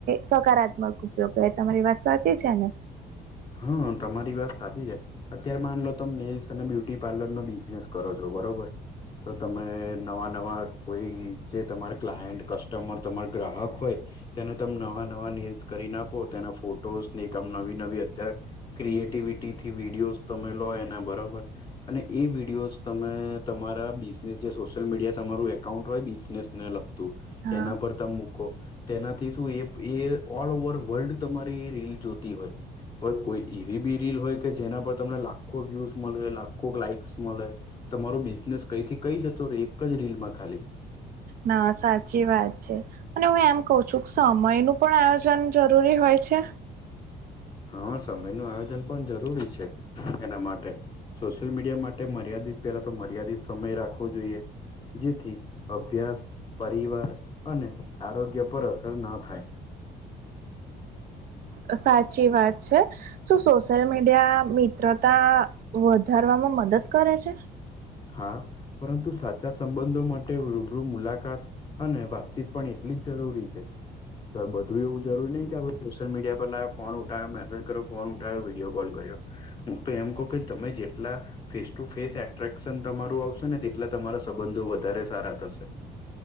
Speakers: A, on the right; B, on the left.
A: સકારાત્મક ઉપયોગ કેહવાય તમારી વાત સાચી છે ને?
B: હ તમારી વાત સાચી છે. અત્યારે માન લો તમે નેલ્સ અને બ્યુટી પાર્લરનો બિઝનેસ કરો છો, બરોબર. તો તમે નવા-નવા કોઈ જે તમાર ક્લાયન્ટ કસ્ટમર તમાર ગ્રાહક હોય તેને તમે નવા નવા નેલ્સ કરીને આપો તેના ફોટોસ ને એક આમ નવી નવી ત્યારે ક્રિએટિવિટીથી વિડીયોઝ તમે લો એના બરોબર અને એ વિડીયોઝ તમે તમારા બિઝનેસ જે સોશિયલ મીડિયા તમારું એકાઉન્ટ હોય બિઝનેસ ને લગતું
A: હા
B: એના પર તમે તેનાથી શું એ એ ઓલ ઓવર વર્લ્ડ તમારી એ રીલ જોતી હોય. હવે કોઈ એવી બી રીલ હોય કે જેના પર તમને લાખો વ્યુઝ મલે, લાખો લાાઈક્સ મલે. તમારો બિઝનેસ કઈથી કઈ જતો એક જ રીલમાં ખાલી
A: ના સાચી વાત છે. અને હું એમ કવ છું સમયનું પણ આયોજન જરૂરી હોય છે.
B: હા સમયનું આયોજન પણ જરૂરી છે. એના માટે સોશિયલ મીડિયા માટે મર્યાદિત પેલા તો મર્યાદિત સમય રાખવો જોઈએ. જેથી અભ્યાસ પરિવાર અને આરોગ્ય પર અસર ન થાય.
A: અ સાચી વાત છે શું સોશિયલ મીડિયા? મિત્રતા વધારવામાં મદદ કરે છે.
B: હા પરંતુ સાચા સંબંધો માટે રૂબરૂ મુલાકાત અને વાતચીત પણ એટલી જ જરૂરી છે. તો બધું એવું જરૂરી નહી કે આપણે સોશિયલ મીડિયા પર લાવ્યા ફોન ઉઠાયો મેસેજ કર્યો ફોન ઉઠાયો વિડીયો કોલ કર્યો. હું તો એમ કવ કે તમે જેટલા ફેસ ટુ ફેસ એટ્રેક તમારું આવશે ને તેટલા તમારા સંબંધો વધારે સારા થશે.